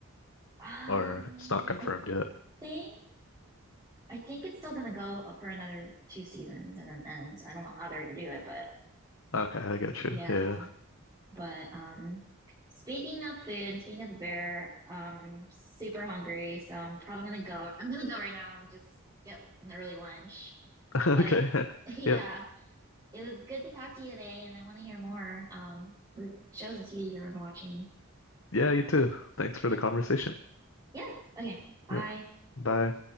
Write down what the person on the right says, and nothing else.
Uh,
I
think I think it's still gonna go for another two seasons and then end. I don't know how they're gonna do it, but
yeah.
But um, speaking of food and speaking of the bear, um, I'm super hungry, so I'm probably gonna go. I'm gonna go right now and just get an early lunch.
But
<laughs> yeah,
it was good to talk to you today, and I want to hear more um with shows and see you're watching.
Yeah,
yeah. Okay, bye.